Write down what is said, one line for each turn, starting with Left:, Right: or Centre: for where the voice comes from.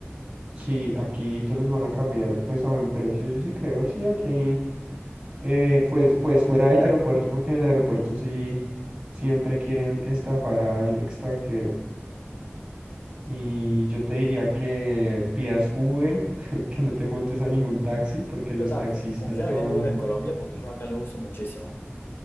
Right: Sí, aquí te los van a cambiar pues a buen precio, yo sí creo, sí, aquí, eh, pues, pues fuera del aeropuerto, porque en el aeropuerto sí siempre quieren estafar al extranjero. Y yo te diría que pidas Uber, <laughs> que no te montes a ningún taxi, porque los
Left: ¿Qué tal?
Right: taxistas
Left: Fun- ¿Funciona
Right: son
Left: bien Uber en Colombia? Porque yo acá lo uso muchísimo.